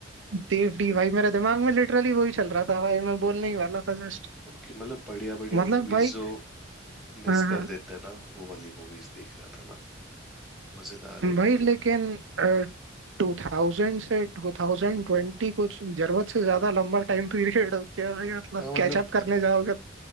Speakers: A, on the right; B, in the centre.
A: देव डी भाई मेरे दिमाग में लिटरली वही चल रहा था भाई मैं बोलने
B: हम्म,
A: ही वाला था जस्ट
B: और कि मतलब बढ़िया बढ़िया
A: मतलब
B: मूवीज
A: भाई
B: जो मिस
A: हाँ
B: कर
A: हाँ
B: देते हैं ना वो वाली मूवीज देख रहा था मैं मजेदार है
A: भाई
B: वो भी
A: लेकिन टू थाउजेंड से टू थाउजेंड ट्वेंटी कुछ जरूरत से ज्यादा लंबा टाइम पीरियड हो गया भाई मतलब
B: हाँ, मतलब
A: कैचअप करने जाओगे